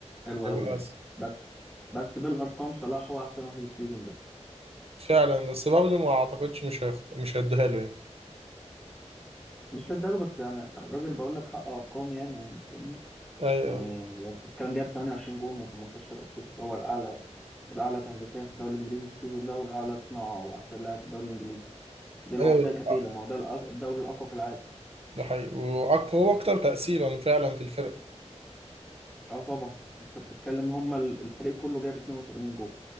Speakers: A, in the centre; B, on the right.
A: حلو
B: هيبقى
A: قوي يعني
B: أس-
A: بس بس بالارقام صلاح هو احسن واحد السيزون ده
B: فعلا بس برضه ما اعتقدش مش هياخ- مش هيديها له يعني
A: مش هداله بس يعني الراجل بقول لك حقق ارقام ياما يعني فاهمني
B: ايوه
A: يعني يعني انت بتتكلم جايب 28 جون و18 اسيست هو الاعلى الاعلى تهديفيا في الدوري الانجليزي السيزون ده والاعلى صناعه واحسن لاعب في الدوري الانجليزي دي لوحدها
B: ايوه
A: كفيله ما هو ده الأق- الدوري الاقوى في العالم
B: ده حقيقي وهو اكتر تأثيرا فعلا في الفرق
A: اه طبعا انت بتتكلم هم ال- الفريق كله جايب 82 جون